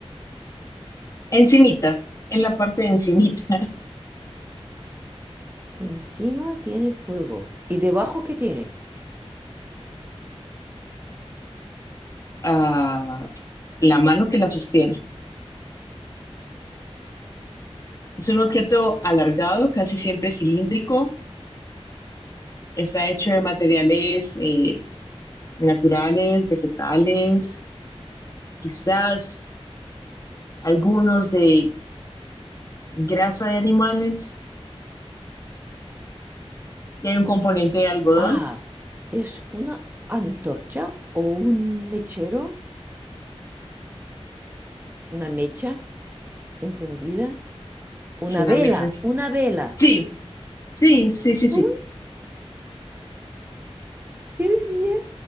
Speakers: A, on the left (about 30°); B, on the right (about 20°).
A: Encimita, en la parte de encimita, <laughs>
B: Encima tiene fuego. ¿Y debajo qué tiene?
A: a la mano que la sostiene. Es un objeto alargado, casi siempre cilíndrico. Está hecho de materiales eh, naturales, vegetales, quizás algunos de grasa de animales, tiene un componente de algodón,
B: Ah, Es una antorcha o un mechero, una mecha encendida, una
A: es una
B: vela,
A: mecha.
B: una vela.
A: Sí, sí, sí, sí, sí.
B: ¡Oh, ¡Qué bien!